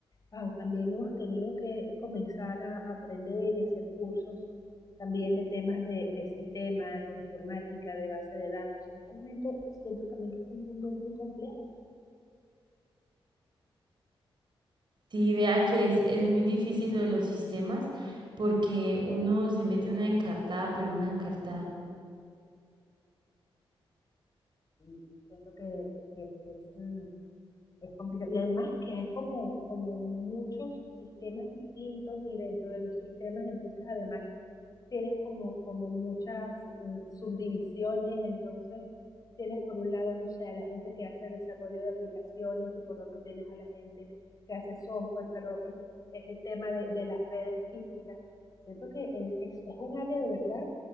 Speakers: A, on the left; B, on the right.
A: wow, también hemos tenido que comenzar a aprender y hacer cursos también de temas de, de sistemas, de informática, de base de datos. Y realmente siento también que es un mundo muy complejo
B: Sí, vea que es, es muy difícil lo de los sistemas porque uno se mete una encartada, pero una encartada.
A: y siento que, que es, es, mm, es complicado. Y además que hay como, como muchos sistemas distintos y dentro de los sistemas, entonces además tienes como, como muchas mm, subdivisiones, entonces tienes por un lado, no sé, a la gente que hace desarrollo de aplicaciones y por otro tienes a la gente que hace software, pero otros es el tema de, de las redes físicas. Siento que eh, es, es un área de verdad